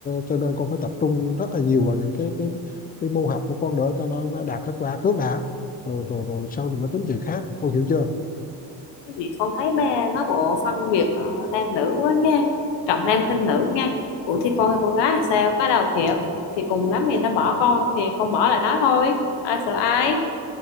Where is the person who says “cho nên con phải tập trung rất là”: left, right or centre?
Left